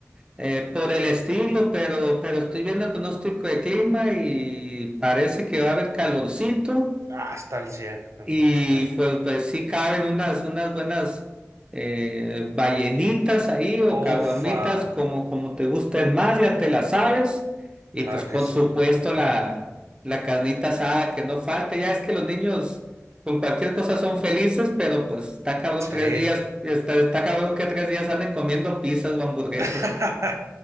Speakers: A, on the right; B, on the right.
A: Eh, por el estilo, pero, pero estoy viendo el pronóstico de clima y parece que va a haber calorcito
B: Ah, está al 100, entonces.
A: y
B: me-
A: pues, pues sí caben unas, unas buenas eh, ballenitas ahí o
B: Ufa,
A: caguamitas como, como te gusten más, ya te las sabes. Y
B: claro
A: pues por
B: que sí.
A: supuesto la, la carnita asada que no falte, ya es que los niños con cualquier cosa son felices, pero pues está cabrón
B: Sí,
A: tres días, está, está cabrón que tres días anden comiendo pizzas o hamburguesas.
B: <laughs>